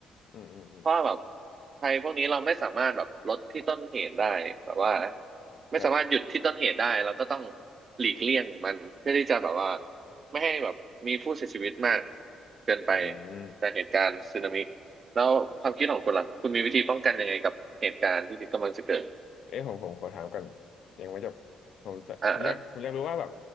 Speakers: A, on the left; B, on the right.
A: อืมอืมอืม
B: เพราะว่าแบบภัยพวกนี้เราไม่สามารถแบบลดที่ต้นเหตุได้แบบว่าไม่สามารถหยุดที่ต้นเหตุได้เราก็ต้อง
A: ครับ
B: หลีกเลี่ยงมันเพื่อที่จะแบบว่าไม่ให้แบบมีผู้เสียชีวิตมากเกินไป
A: อืม
B: จากเหตุการณ์สึนามิแล้วความคิดของคุณล่ะคุณมีวิธีป้องกันยังไงกับเหตุการณ์ที่กำลังจะเกิด
A: เอ้ยผมผมขอถามก่อนยังไม่จบผมจะผมอยากผมอยากรู้ว่าแบบ
B: อ่าอ่า